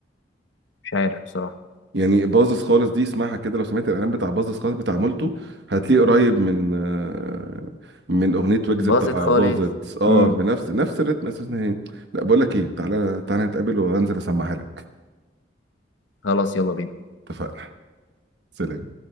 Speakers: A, on the left; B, on the right.
A: مش عارف بصراحه
B: يعني باظظ خالص دي اسمعها كده لو سمعت الاعلان بتاع باظظ خالص بتاع مولتو هتلاقيه قريب من آه، من اغنيه ويجز
A: باظت
B: بتاع
A: خالص
B: باظت اه
A: امم
B: بنفس نفس الريتم اساسا هي لا بقول لك ايه تعالى تعالى نتقابل وانزل اسمعها لك
A: خلاص يلا بينا
B: اتفقنا سلام